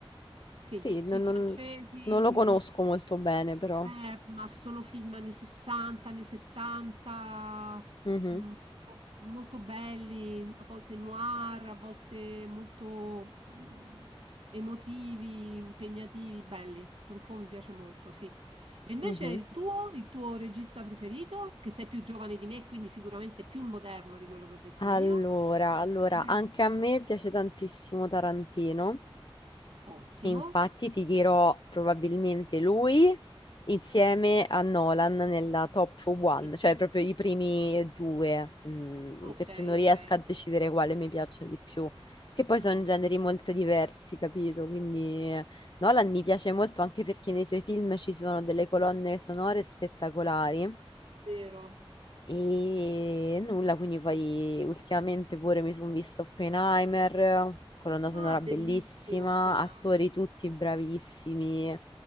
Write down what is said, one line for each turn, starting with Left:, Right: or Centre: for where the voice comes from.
Right: Sì,
Left: Sì, non,
Right: film
Left: non-
Right: francesi,
Left: non lo
Right: tipo...
Left: conosco molto bene, però.
Right: Eh, ma sono film anni 60, anni 70,
Left: Mhm,
Right: mm, molto, molto belli, a volte noir, a volte molto mm, emotivi, impegnativi, belli. Truffaut mi piace molto, sì. E invece
Left: mhm.
Right: il tuo, il tuo regista preferito, che sei più giovane di me, quindi sicuramente più moderno di quello che ho detto
Left: Allora,
Right: io.
Left: allora,
Right: <laughs>
Left: anche
Right: Mhm.
Left: a me piace tantissimo Tarantino.
Right: Ottimo.
Left: Infatti ti dirò probabilmente lui insieme a Nolan nella top one,
Right: Sì.
Left: cioè proprio i primi due, mm,
Right: Ok,
Left: perché non
Right: ok.
Left: riesco a decidere quale mi piace di più, che poi
Right: Eh,
Left: sono generi molto diversi, capito? Quindi eh, Nolan mi piace molto anche perché nei suoi film ci sono delle colonne sonore spettacolari
Right: vero.
Left: e nulla, quindi poi ultimamente pure mi sono visto Oppenheimer, colonna sonora
Right: Ah,
Left: bellissima,
Right: bellissimo, Penà.
Left: attori tutti bravissimi,